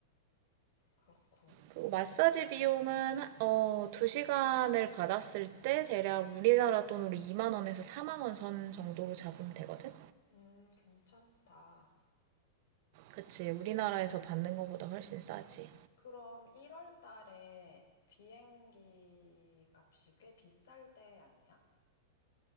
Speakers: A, on the left; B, on the right.
A: 그렇군.
B: 그리고 마사지 비용은 어, 2시간을 받았을 때 대략 우리나라 돈으로 2만 원에서 4만 원 선 정도로 잡으면 되거든.
A: 음, 괜찮다.
B: 그치. 우리나라에서 받는 것보다 훨씬 싸지.
A: 그럼 1월 달에 비행기 값이 꽤 비쌀 때 아니야?